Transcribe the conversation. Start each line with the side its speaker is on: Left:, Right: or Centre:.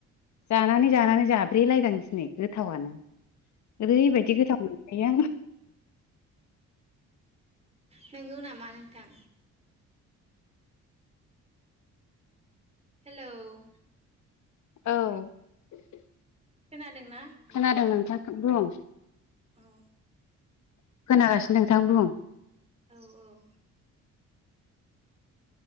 Left: जानानै जानानै जाब्रैलायदांसनै गोथावानो ओरैबायदि गोथाव मोन बाय आं
Right: नंगौ नामा नोंथां हेलौ ।
Left: औ ।
Right: खोनादोंना नोंथां
Left: खोनादों नोंथां बुं ।
Right: औ ।
Left: खोनागासिनो नोंथां बुं ।
Right: औ औ